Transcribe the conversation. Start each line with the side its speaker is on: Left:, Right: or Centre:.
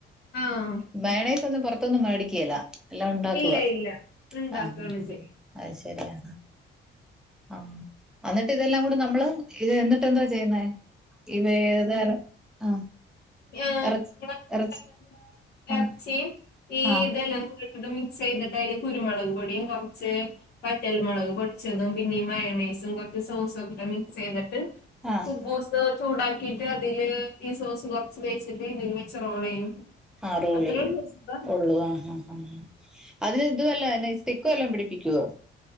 Left: ആഹ്
Centre: മേയണേസ് ഒന്നും പുറത്തൊന്നും മേടിക്കേല്ല എല്ലാം ഉണ്ടാക്കുവ
Left: ഇല്ല ഇല്ല ഉണ്ടാക്കാണ്
Centre: ആഹ്
Left: ചെയ്യ
Centre: അ അത് ശരിയാ ആഹ് എന്നിട്ട് ഇതെല്ലാം കൂടി നമ്മള് ഇത് എന്നിട്ട് എന്താ ചെയ്യുന്നെ ഇവ ഏതാര ആഹ്
Left: ആഹ്
Centre: ഇറച്ചി
Left: നമ്മള് ഇതെല്ലാം
Centre: ഇറച്ചി
Left: കൂടെ
Centre: ആഹ്
Left: ഇറച്ചിയും ഈ
Centre: ആഹ്
Left: ഇതെല്ലാം കൂടെ ഇത് മിക്സ് ചെയ്തിട്ട് അതില് കുരുമുളക് പൊടിയും കുറച്ച് പറ്റൽമുളക് പൊടിച്ചതും പിന്നെ മയണേസും കുറച്ച് സോസും ഒക്കെ മിക്സ് ചെയ്തിട്ട്
Centre: ആഹ്
Left: കുബൂസ് ചൂടാക്കീട്ട് അതില് ഈ സോസ് കുറച്ച് തേച്ചിട്ട് ഇതില് വെച്ച് റോൾ ചെയ്യും
Centre: ആ റോള്
Left: അത്രേ
Centre: ചെയ്യും
Left: ഉള്ളൂ സുഖാ
Centre: ഒള്ളു ആഹ് ആഹ് ആഹ് അതിന് ഇത് വല്ല ന്നെ സ്റ്റിക്ക് വല്ലൊം പിടിപ്പിക്കുവോ